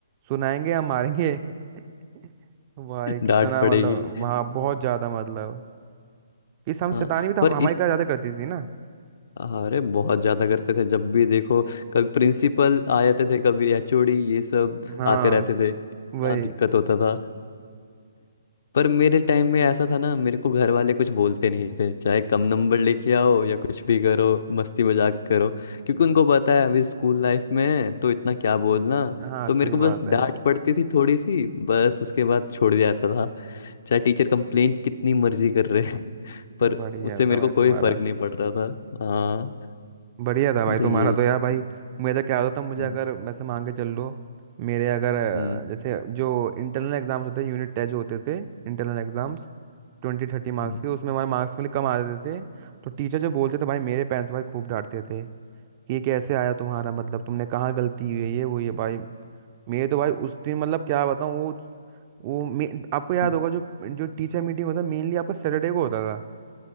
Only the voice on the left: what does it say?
डांट पड़ेगी
हाँ
पर
इस
अरे बहुत ज्यादा करते थे जब भी देखो कभी प्रिंसिपल
आ जाते थे कभी एचओडी ये सब
आते रहते थे इतना
दिक्कत होता था पर मेरे टाइम में ऐसा था ना मेरे को घर वाले कुछ बोलते नहीं थे चाहे कम नंबर लेके आओ या कुछ भी करो मस्ती मजाक करो क्योंकि उनको पता है अभी स्कूल लाइफ में है, तो इतना क्या बोलना
तो
मेरे को
बस डांट
पड़ती थी थोड़ी सी बस उसके बाद छोड़ दिया जाता चाहे टीचर कंप्लेंट कितनी मर्जी कर रहे हैं पर
उससे मेरे
को कोई
फर्क नहीं पड़ रहा था हाँ
तो
ये
हम्म
हम्म,
हम्म,
हम्म,